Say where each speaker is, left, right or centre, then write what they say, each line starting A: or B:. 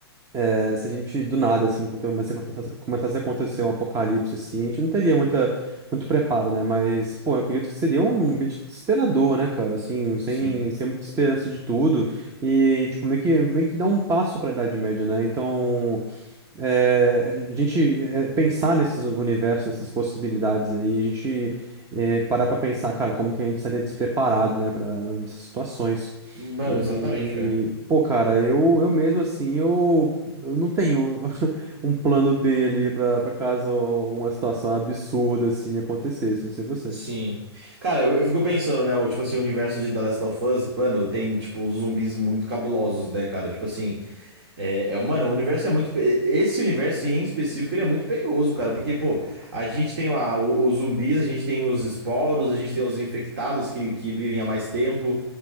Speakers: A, on the right; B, on the right.
A: é, se a gente do nada, assim, começasse a acontecer- começasse a acontecer um apocalipse, assim, a gente não teria muita, muito preparo, né? Mas, pô, eu acredito que seria um ambiente desesperador, né, cara? Assim, sem,
B: Sim.
A: sem muita esperança de tudo. E, tipo, meio que, meio que dá um passo pra Idade Média, né? Então é, a gente é, pensar nesses universos, nessas possibilidades aí, a gente é, parar para pensar, cara, como que a gente estaria despreparado, né, para essas situações.
B: Mano,
A: E,
B: exatamente, velho.
A: pô, cara, eu, eu mesmo assim, eu, eu não tenho <laughs> um plano B ali pra, pra caso alguma situação absurda assim acontecesse, não sei você.
B: Sim. Cara, eu, eu fico pensando, né? O, tipo assim, o universo de The Last of Us, mano, tem, tipo, zumbis muito cabulosos, né, cara? Tipo assim, é, é- mano, o universo é muito. pe- Esse universo em específico, ele é muito perigoso, cara. Porque, pô, a gente tem lá o- os zumbis, a gente tem os esporos, a gente tem os infectados que, que vivem há mais tempo.